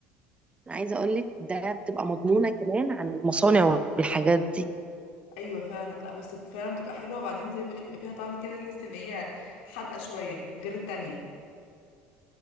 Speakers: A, on the right (about 20°); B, on the left (about 80°).
A: أنا عايزة أقولك ده بتبقى مضمونة كمان عن المصانع والحاجات دي
B: ايوه فعلا لا بس فعلا بتبقى حلوه بعدين زي ما بقولك بيبقى فيها طعم كده تحس ان هي حادقه شويه غير التانية